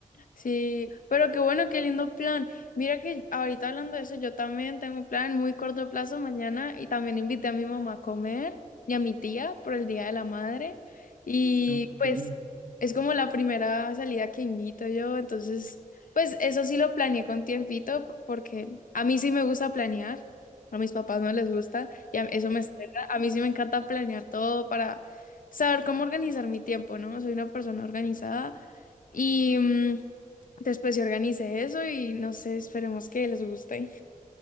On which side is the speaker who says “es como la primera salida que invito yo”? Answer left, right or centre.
Left